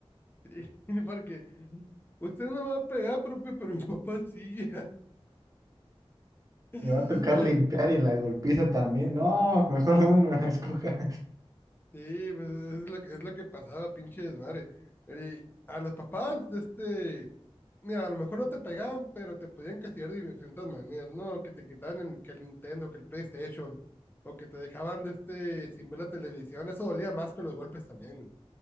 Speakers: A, on the left; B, on the right.
A: Sí, porque usted no me va a pegar, profe, pero mi papá sí. <laughs>
B: Me va a tocar limpiar y la golpiza también. No, mejor uno, <laughs> escoja.
A: Sí, pues es lo que, es lo que pasaba, pinche desmadre. Eh, a los papás de este, mira, a lo mejor no te pegaban, pero te podían castigar de diferentes maneras, ¿no? Que te quitaban el, que el Nintendo, que el PlayStation, o que te dejaban de este sin ver la televisión. Eso dolía más que los golpes también, güey.